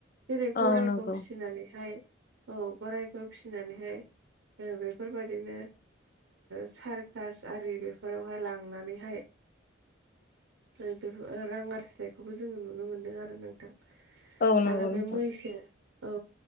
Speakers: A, on the right; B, on the left.
A: जेरै
B: औ
A: गराइ
B: नंगौ
A: फिसिनानैहाय औ गराइखौ फिसिनानैहाय बेफोरबायाददिनो सारकास आरि बेफोरावहाय लांनानैहाय बे रां आरजिनायखौबो जोङो नुनो मोन्दों आरो नोंथां।
B: औ नंगौ
A: आरो बे
B: नोंथां
A: मैसो औ